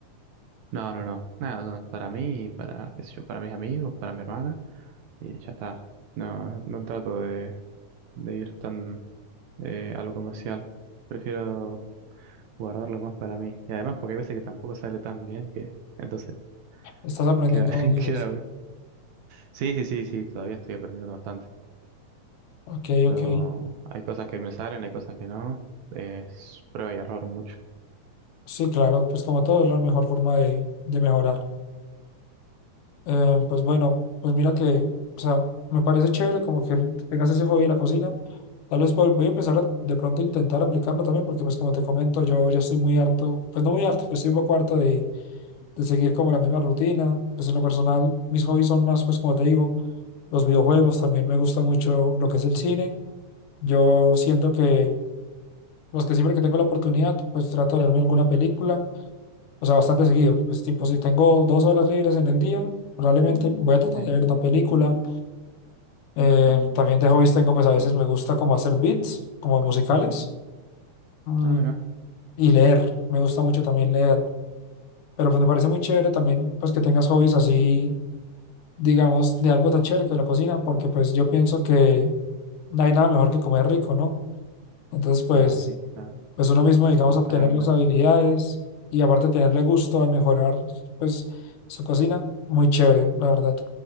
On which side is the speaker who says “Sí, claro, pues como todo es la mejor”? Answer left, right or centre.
Left